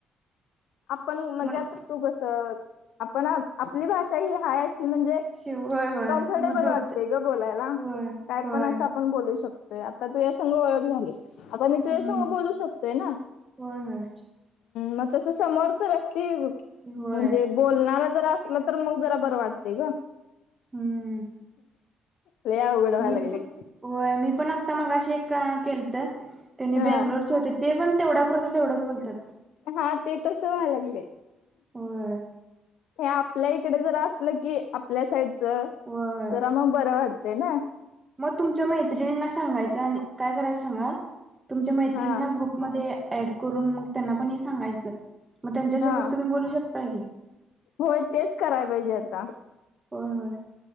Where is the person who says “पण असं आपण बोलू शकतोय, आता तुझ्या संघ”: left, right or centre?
Left